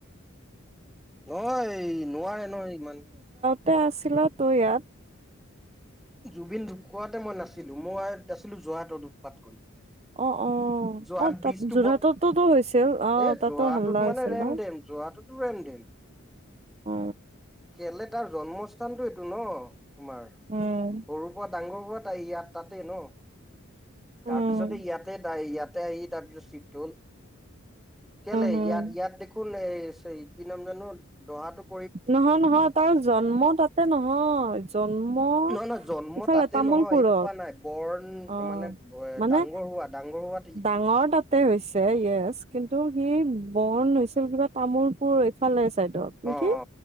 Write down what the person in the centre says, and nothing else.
নহয় এই নোৱাৰে নহয় ইমান
জুবিন ঢুকাওতে মই নাছিলোঁ মই আছিলো যোৰহাটত উৎপাত কৰি
যোৰহাত
ব্ৰীজটো
বত
এই
যোৰহাটত
মানে ৰেমডেম
যোৰহাটতো ৰেমডেম
সেইফালে তাৰ জন্ম স্থানটো এইটো ন তোমাৰ,
সৰুৰ পৰা ডাঙৰ হোৱা তাই ইয়াত তাতেই ন'?
তাৰপিছতে ইয়াতে তাই ইয়াত তাই এৰি তাৰপিছত চিফ্ট হ'ল। কেলেই
ইয়াত, ইয়াত দেখোন এ কি নাম জানো? দহাটোক
নহয় নহয় জন্ম
তাতে
নহয় সেইটো কোৱা নাই বৰ্ণ
মানে ডাঙৰ
হোৱা, ডাঙৰ হোৱাত
অ অ